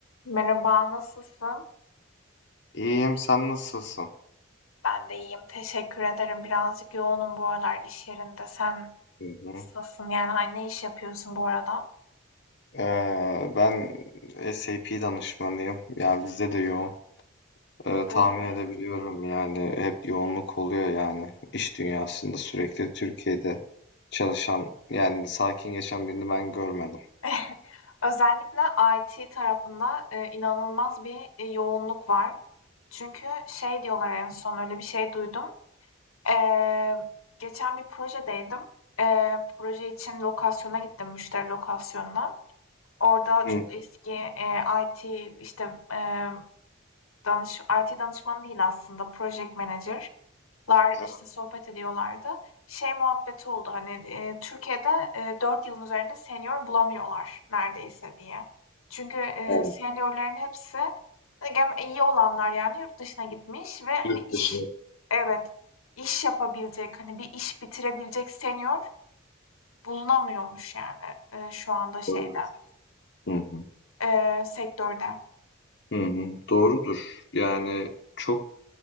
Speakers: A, on the left; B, on the left.
A: Merhaba, nasılsın?
B: İyiyim, sen nasılsın?
A: Ben de iyiyim, teşekkür ederim. Birazcık yoğunum bu aralar iş yerinde. Sen
B: Hı hı.
A: nasılsın? Yani hani ne iş yapıyorsun bu arada?
B: Ee, ben SAP danışmanıyım. Yani bizde de yoğun. Ee,
A: Öyle
B: tahmin
A: mi?
B: edebiliyorum yani hep yoğunluk oluyor yani. İş dünyasında sürekli Türkiye'de çalışan yani sakin geçen birini ben görmedim.
A: <laughs> Özellikle IT tarafında e, inanılmaz bir e, yoğunluk var. Çünkü şey diyorlar en son öyle bir şey duydum. Eee, geçen bir projedeydim. Eee, proje için lokasyona gittim, müşteri lokasyonuna. Orada
B: Hı.
A: çok eski e, IT işte e, danış IT danışmanı değil aslında project manager'lar
B: Evet.
A: işte sohbet ediyorlardı. Şey muhabbeti oldu hani e, Türkiye'de e, 4 yılın üzerinde senior bulamıyorlar neredeyse diye. Çünkü e,
B: Evet.
A: seniorların hepsi gem- iyi olanlar yani yurt dışına gitmiş ve hani
B: Yurt
A: iş
B: dışına
A: evet iş yapabilecek hani bir iş bitirebilecek senior bulunamıyormuş yani e, şu anda şeyde
B: doğru. Hı hı.
A: e, sektörde.
B: Hı hı. Doğrudur. Yani çok